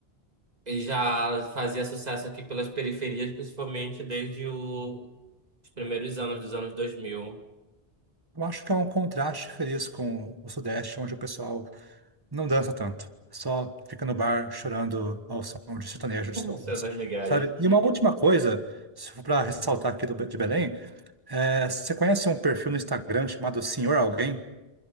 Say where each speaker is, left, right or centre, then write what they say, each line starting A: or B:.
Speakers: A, on the right; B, on the right.
A: ele já fazia sucesso aqui pelas periferias, principalmente desde o- os primeiros anos dos anos 2000.
B: Eu acho que é um contraste feliz com o Sudeste, onde o pessoal não dança tanto. Só fica no bar chorando ao som de sertanejo de sofrência,
A: São <laughs> das migalhas.
B: sabe? E uma última coisa, se for para ressaltar aqui do, Be- de Belém, é, você conhece um perfil no Instagram chamado Senhor Alguém?